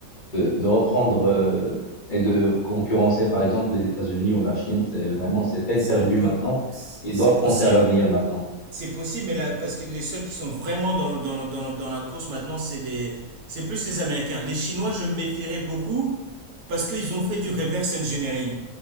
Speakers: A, on the left; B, on the right.
A: de reprendre euh, et de concurrencer par exemple les États-Unis ou la Chine, c'est vraiment c'est peine
B: C'est
A: perdue
B: po-
A: maintenant.
B: c'est
A: Ils doivent
B: possible.
A: penser à l'avenir maintenant.
B: C'est possible, mais là, parce que les seuls qui sont vraiment dans le- dans le- dans le- dans la course maintenant, c'est les, c'est plus les Américains. Les Chinois, je me méfierais beaucoup parce qu'ils ont fait du reverse engineering.